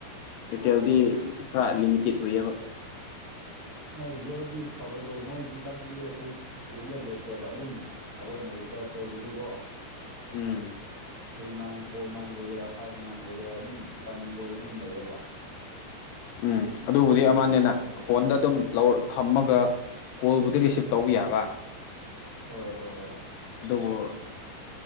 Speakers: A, on the left; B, on the right.
A: ꯑꯦꯔꯇꯦꯜꯗꯤ
B: ꯑꯣ ꯍꯣꯏ ꯍꯣꯏ
A: ꯈꯔꯥ ꯂꯤꯃꯤꯇꯦꯠ ꯑꯣꯏꯌꯦꯕ
B: ꯑ ꯖꯤꯌꯣꯗꯤ ꯐꯕꯗꯣ ꯃꯣꯏ ꯏꯟꯀꯃꯤꯡꯗꯣ ꯁꯨ ꯁꯨꯂꯦꯞ ꯂꯦꯞꯇꯦꯕ ꯑꯗꯨꯝ ꯑꯩꯈꯣꯏꯅ ꯔꯤꯆꯥꯥꯔꯁ ꯇꯧꯗꯔꯥꯁꯨ ꯀꯣ
A: um
B: three months four months ꯑꯣꯏꯒꯦꯔꯥ ꯐꯥꯏꯚ ꯃꯟ ꯑꯣꯏꯒꯦꯔꯥ ꯑꯗꯨꯝ ꯏꯟꯀꯃꯤꯡ ꯀꯣꯜꯗꯤ ꯑꯗꯨꯝ ꯂꯩꯌꯦꯕ
A: ꯎꯝ ꯑꯗꯨꯕꯨꯗꯤ
B: ꯖꯤꯑꯣꯒꯤ
A: ꯑꯃꯥꯅꯦꯅ
B: ꯐꯕꯗꯣ
A: ꯐꯣꯟꯗ ꯑꯗꯨꯝ ꯂꯧ ꯊꯝꯃꯒ ꯀꯣꯜꯕꯨꯗꯤ ꯔꯤꯁꯤꯞ ꯇꯧꯕ ꯌꯥꯕ
B: ꯍꯣꯏ ꯍꯣꯏ ꯍꯣꯏ
A: ꯑꯗꯨꯕꯨ